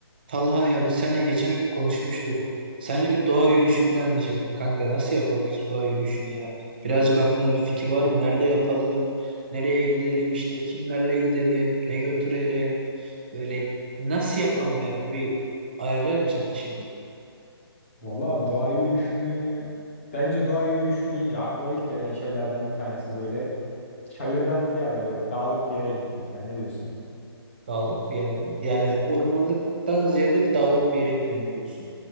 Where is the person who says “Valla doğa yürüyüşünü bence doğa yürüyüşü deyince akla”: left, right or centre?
Centre